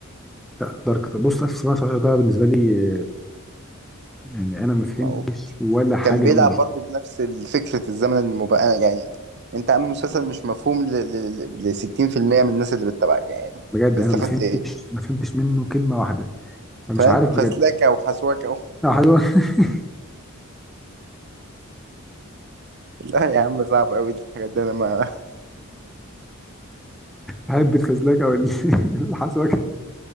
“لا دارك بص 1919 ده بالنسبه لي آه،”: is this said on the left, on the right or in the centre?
Centre